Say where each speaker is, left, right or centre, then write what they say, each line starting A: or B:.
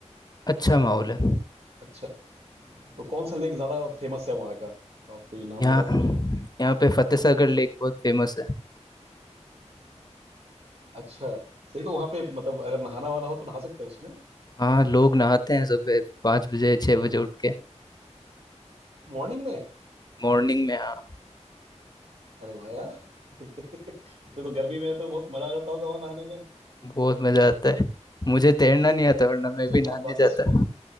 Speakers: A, on the left; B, on the right.
A: अच्छा माहौल है
B: अच्छा तो कौन सा लेक ज्यादा फेमस है वहाँ का आप कोई नाम
A: यहाँ
B: बताते मुझे
A: यहाँ पे फतेह सागर लेक बहुत फेमस है
B: अच्छा सही तो वहाँ पे मतलब अगर नहाना वहाना हो तो नहा सकते हैं उसमें
A: हाँ लोग नहाते हैं सुबह पाँच बजे छः बजे उठ के
B: मॉर्निंग में
A: मॉर्निंग में हाँ
B: अरे वाह यार <laughs> फिर तो गर्मी में तो बहुत मजा आ जाता होगा वहाँ नहाने में
A: बहुत मज़ा आता है मुझे तैरना नहीं आता वरना मैं
B: अच्छा
A: भी
B: तो
A: नहाने
B: आपको आती
A: जाता
B: है स्विमिंग